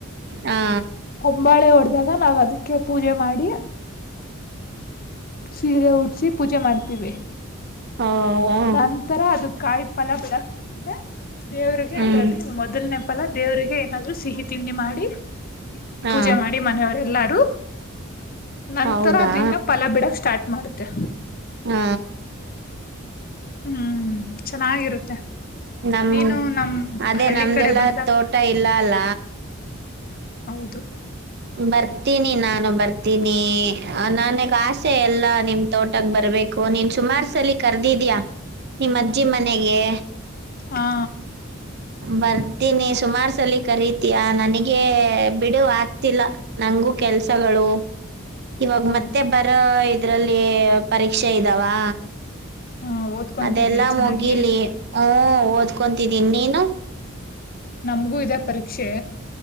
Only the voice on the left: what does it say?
ಹೊಂಬಾಳೆ ಹೊಡ್ದಾಗ ನಾವ್ ಅದಕ್ಕೆ ಪೂಜೆ ಮಾಡಿ ಸೀರೆ ಉಡ್ಸಿ ಪೂಜೆ ಮಾಡ್ತೀವಿ.
ನಂತರ ಅದು ಕಾಯಿ ಫಲ ಬಿಡಕ್ ಆದ್ಮೇಲೆ ದೇವ್ರಿಗೆ
ಅದ್ರಲ್ಲಿ ಮೊದಲನೇ ಫಲ್ಲ ದೇವರಿಗೆ ಏನಾದ್ರು ಸಿಹಿ ತಿಂಡಿ ಮಾಡಿ
ಪೂಜೆ ಮಾಡಿ ಮನೆಯವರೆ ಎಲ್ಲಾರು ನಂತರ
ಅದಿನ್ನು ಫಲ ಬಿಡಕ್ ಸ್ಟಾರ್ಟ್ ಮಾಡುತ್ತೆ.
ಹ್ಮ್ ಚೆನ್ನಾಗಿರುತ್ತೆ.
ನೀನು ನಮ್
ಹಳ್ಳಿ
ಕಡೆ ಬಂದಾಗ
ಹೌದು.
ಹಾ
ಹೌದು
ಹಾ ಓದ್ಕೊಂತಿದ್ಯಾ
ಚೆನ್ನಾಗಿ?
ನಮ್ಗೂ ಇದೆ ಪರೀಕ್ಷೆ.